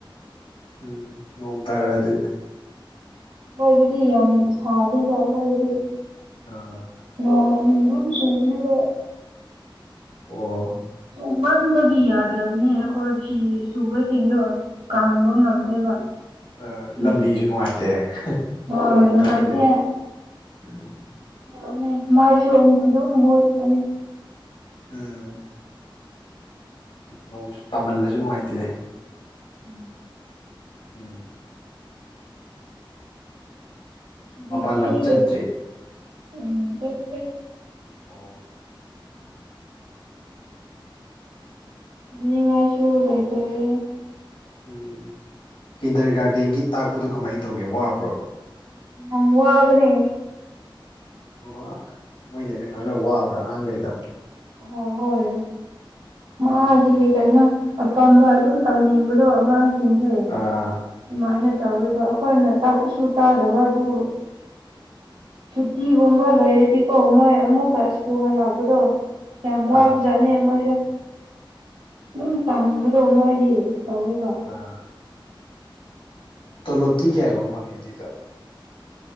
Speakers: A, on the left (about 80°); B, on the right (about 85°).
A: ꯎꯝ ꯅꯣꯡ ꯇꯥꯔꯛꯑꯗꯤ
B: ꯁ꯭ꯋꯥꯏꯗꯗꯤ ꯌꯥꯝ ꯁꯥꯗꯕ ꯑꯈꫭꯏꯗꯗꯤ
A: ꯑ
B: ꯅꯣ ꯑꯗꯨꯝ ꯆꯨꯕꯅꯦꯅ
A: ꯑꯣ
B: ꯆꯨꯃꯟꯕꯒꯤ ꯌꯥꯗ꯭ꯔꯕꯅꯦ ꯑꯩꯈꯣꯏ ꯐꯤ ꯁꯨꯕꯁꯤꯡꯗꯣ ꯀꯪꯕ ꯉꯝꯗ꯭ꯔꯦꯕ
A: ꯑ
B: ꯎꯝ
A: ꯂꯝꯕꯤꯁꯨ ꯅꯨꯡꯉꯥꯏꯇꯦ
B: ꯍꯣꯏ
A: ꯅꯣꯡ
B: ꯅꯨꯡꯉꯥꯏꯇꯦ
A: ꯇꯥꯔꯗꯤ ꯎꯝ
B: <unintelligible> ꯃꯥꯩꯁꯤ ꯑꯣꯗꯨ ꯃꯨꯠꯀꯅꯤ
A: ꯎꯝ ꯅꯣꯡꯁꯨ ꯇꯥꯃꯜꯂꯁꯨ ꯅꯨꯡꯉꯥꯏꯇꯦ
B: ꯎꯝ
A: ꯎꯝ
B: ꯗꯤ
A: ꯃꯄꯥꯟ
B: <unintelligible>
A: ꯂꯝ ꯆꯠꯇ꯭ꯔꯤ
B: ꯎꯝ ꯆꯠꯇꯦ
A: ꯑꯣ
B: ꯅꯤꯡꯉꯥꯏꯁꯨ ꯂꯩꯇꯔꯦ
A: ꯎꯝ ꯀꯤꯟꯗꯔ ꯒꯥꯔꯗꯦꯟꯒꯤ ꯇꯥꯛꯄꯗꯣ ꯀꯃꯥꯏꯅ ꯇꯧꯒꯦ ꯋꯥꯕ꯭ꯔꯣ
B: ꯌꯥꯝ ꯋꯥꯕꯅꯤ
A: ꯍꯣꯏ ꯍꯣꯏ ꯃꯣꯏꯗꯤ ꯑꯩꯅ ꯉꯥꯡꯅꯕ ꯋꯥꯕ꯭ꯔꯥ ꯑꯉꯥꯡꯈꯩꯗ
B: ꯑꯣ ꯍꯣꯏ ꯃꯣꯢ
A: ꯎꯝ
B: ꯀꯩꯅꯣ ꯑꯄꯥꯝꯕ ꯑꯗꯨꯝ ꯇꯧꯅꯤꯡꯕꯗꯣ ꯑꯉꯥꯡꯁꯤꯡꯁꯦ
A: ꯑ
B: ꯑꯗꯨꯃꯥꯏꯅ ꯇꯧꯔꯤꯕ ꯑꯩꯈꯣꯏꯅ ꯇꯥꯛꯄꯁꯨ ꯇꯥꯗꯕ ꯑꯗꯨ ꯁꯨꯇꯤ ꯒꯨꯝꯕ ꯂꯩꯔꯗꯤꯀꯣ ꯃꯣꯏ ꯑꯃꯨꯛꯀ ꯁ꯭ꯀꯨ ꯍꯜꯂꯛꯄꯗꯣ ꯌꯥꯝ ꯋꯥꯕꯁꯨ
A: ꯑꯥ
B: ꯐꯖꯥꯅꯦ ꯃꯣꯏꯗꯣ ꯑꯗꯨꯝ ꯇꯥꯟꯕꯗꯣ ꯃꯣꯏꯗꯤ ꯇꯧꯋꯦꯕ
A: ꯑꯥ ꯇꯣꯂꯣꯞꯇꯤ ꯀꯌꯥꯒꯨꯝꯕ ꯐꯪꯉꯦ ꯑꯗꯨꯏꯗꯣ